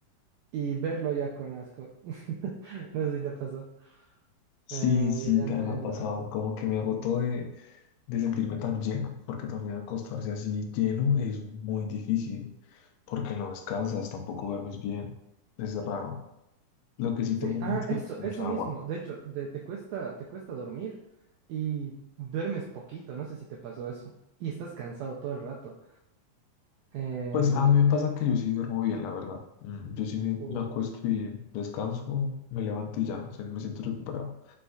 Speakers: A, on the right; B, on the left.
A: y verlo ya con asco. <laughs> No sé si te pasó.
B: Sí,
A: Eh,
B: sí,
A: yo ya
B: también
A: no,
B: me
A: ya
B: ha pasado,
A: no.
B: como que me agotó de, de sentirme tan lleno, porque también acostarse así lleno es muy difícil, porque no descansas, tampoco duermes bien, es raro. Lo que sí
A: Sí,
B: tomo
A: ah,
B: mucho
A: eso,
B: es mucha
A: eso mismo.
B: agua,
A: De hecho, de- te cuesta, te cuesta dormir y duermes poquito, no sé si te pasó eso. Y estás cansado todo el rato. En-
B: Pues a mí me pasa
A: en-
B: que yo sí duermo bien, la verdad. Mm, Yo sí me,
A: Uh,
B: me acuesto y descanso, me levanto y ya, o sea, me siento recuperado.